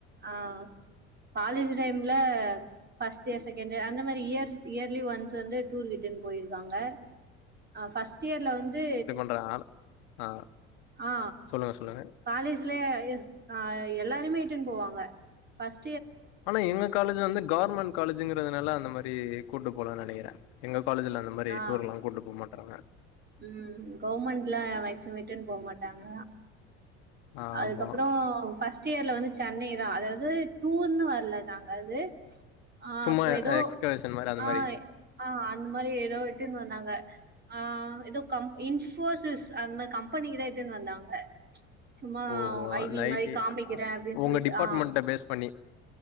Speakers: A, on the right; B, on the left.
A: ஆ காலேஜ் டைம்ல ஃபர்ஸ்ட் இயர் செகண்டு இயர் அந்த மாரி இயர் இயர்லி ஒன்ஸ் வந்து டூர் கிட்டன்னு போயிருக்காங்க ஆ பஸ்ட் இயர்ல வந்து
B: ப்ப நானு ஆ
A: ஆ
B: சொல்லுங்க சொல்லுங்க
A: காலேஜ் ஜிலே எஸ் அ எல்லாரியுமே இட்டுன்னு போவாங்க பஸ்
B: ஆனா எங்க காலேஜ் வந்து கவர்மெண்ட் காலேஜ்ங்க க்குருதுனால அந்த மாரி கூட்டு போலனு நெனைக்குறே எங்க காலேஜில அந்த மாரி
A: ஆ
B: டூர்லா கூட்டிட்டு போமாட் தறங்க
A: ம் கவுமெண்ட்லா மேக்சிமம் இட்டுன்னு போமாட் டாங்க
B: ஆமா
A: அதுக்கப்புறோ ஃபஸ் ட் இயர்ல வந்து சென்னைதா அதாவது டூர்ன்னு வரல நாங்க அது ஆ
B: சும்மா
A: அப்ப எதோ
B: எக்ஸ்கர்ஷன் மாரி அந்த
A: ஆ
B: மாரி
A: ஆ அந் மாரி எதோ ட்டின் வந்தாங்க ஆ எதோ கம் இன்போசிஸ் அந்த மாரி கம்பெனிதா இட்டுன் வந்தாங்க சும்மா
B: ஓ ஓஹோ
A: ஐ
B: அந்த
A: வி மாரி
B: ஐட்டி
A: காமிக்கிறே அப்டின்னு சொல்லிட்டு
B: உங்க டிபார்ட்மெண்ட
A: ஆ
B: பேஸ் பண்ணி